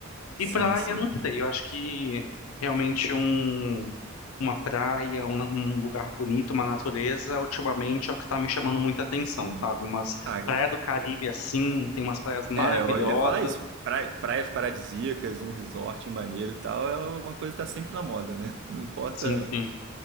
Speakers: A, on the right (about 55°); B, on the left (about 90°).
A: Sim,
B: E praia,
A: sim,
B: não sei, eu acho que realmente um uma praia, um, um lugar bonito, uma natureza, ultimamente é o que está me chamando muita atenção,
A: sim.
B: sabe? Umas
A: Ah,
B: praias do Caribe assim, tem umas praias maravilhosas.
A: é, eu ia falar isso. Pra- praias paradisíacas, um resort maneiro e tal, é uma coisa que tá sempre na moda, né? Não importa
B: Sim, sim,